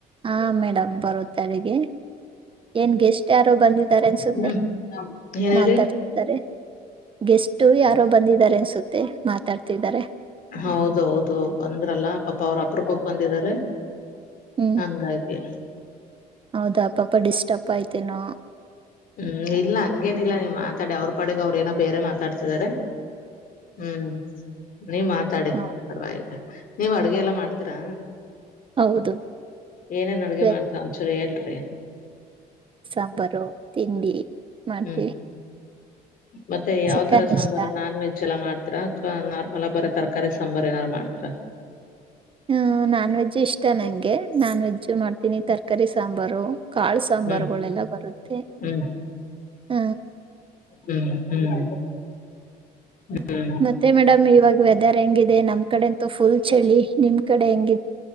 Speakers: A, on the right; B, on the left.
A: ಹಾ ಮೇಡಮ್ ಬರುತ್ತೆಗೆ ಏನ್ ಗೆಸ್ಟ್ ಯಾರೋ ಬಂದಿದ್ದಾರೆ ಅನ್ಸುತ್ತೆ
B: ಹ್ಮ್ ಏನ್ ಹೇಳಿ
A: ಮಾತಾಡ್ತಾರೆ ಗೆಸ್ಟ್ ಯಾರೋ ಬಂದಿದ್ದಾರೆ ಅನ್ಸುತ್ತೆ ಮಾತಾಡ್ತಿದ್ದಾರೆ
B: ಹೌದೌದು ಬಂದ್ರಲ್ಲ ಪಾಪಾ ಅವ್ರಪ್ರಕ್ಕೆೋಗ ಬಂದಿದ್ದಾರೆ
A: ಹ್ಮ್
B: ಹಂಗಾಗಿ
A: ಹೌದಾ ಪಾಪ ಡಿಸ್ಟರ್ಬ್ ಆಯ್ತೇನೋ
B: ಹ್ಮ್ ಇಲ್ಲ ಹಂಗೇನಿಲ್ಲ ನಿಮ್ಮ ಮಾತಾಡ ಅವ್ರ ಪಡೆಗೆ ಅವ್ರ ಏನೋ ಬೇರೆ ಮಾತಾಡ್ತಿದಿದ್ದಾರೆ ಹ್ಮ್ ನೀವ್ ಮಾತಾಡಿ
A: ಹ-
B: ಪರ್ವಾಗಿಲ್ಲ ನೀವ್ ಅಡ್ಗೆ ಎಲ್ಲ ಮಾಡ್ತೀರಾ
A: ಹೌದು
B: ಏನೇನ್ ಅಡುಗೆ
A: ವೆಜ್
B: ಮಾಡ್ತ ಒಂಚೂರು ಹೇಳ್ರಿ
A: ಸಾಂಬಾರು ತಿಂಡಿ ಮಾಡ್ತೀವಿ
B: ಹ್ಮ್ ಮತ್ತೆ ಯಾವ್
A: ಚಿಕನ್
B: ತರ ಸಾಂಬಾರ
A: ಇಷ್ಟ
B: ನಾನ್ ವೆಜ್ ಎಲ್ಲಾ ಮಾಡ್ತೀರಾ ಅಥವಾ ನ ಅಲ್ಲ ಬರ ತರಕಾರಿ ಸಾಂಬಾರ್ ಏನಾದಾರು ಮಾಡ್ತರಾ
A: ಹ ನಾನ್ ವೆಜ್ಜ್ ಇಷ್ಟ ನಂಗೆ ನಾನ್ ವೆಜ್ಜ್ ಮಾಡ್ತೀನಿ ತರಕಾರಿ ಸಾಂಬಾರು ಕಾಳು ಸಾಂಬಾರಗಳೆಲ್ಲ
B: ಹ್ಮ್
A: ಬರುತ್ತೆ
B: ಹ್ಮ್
A: ಹ
B: ಹ್ಮ್ ಹ್ಮ್ ಹ್ಮ್
A: ಮತ್ತೆ ಮೇಡಮ್ ಇವಾಗ ವೆದರ್ ಹೆಂಗಿದೆ ನಮ್ ಕಡೆ ಅಂತೂ ಫುಲ್ ಚಳಿ ನಿಮ್ ಕಡೆ ಹೆಂಗ